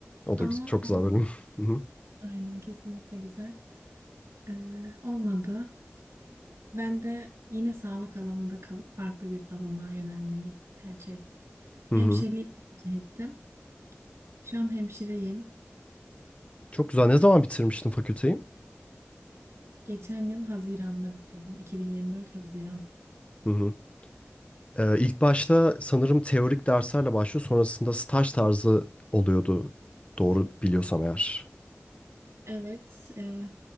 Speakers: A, on the left; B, on the right.
A: O
B: Ama
A: da güz- çok
B: olmadı.
A: güzel bölüm. <laughs> Hı hı.
B: Aynen kesinlikle güzel. E, olmadı. Ben de yine sağlık alanında kalıp farklı bir alana yönelmeyi tercih ettim. Hemşireliği
A: Hı hı.
B: tercih ettim. Şu an hemşireyim.
A: Çok güzel. Ne zaman bitirmiştin fakülteyi?
B: Geçen yıl Haziran'da bitirdim. 2024 Haziran.
A: Hı hı. Ee, ilk başta sanırım teorik derslerle başlıyor. Sonrasında staj tarzı oluyordu. Doğru biliyorsam eğer.
B: Evet, e,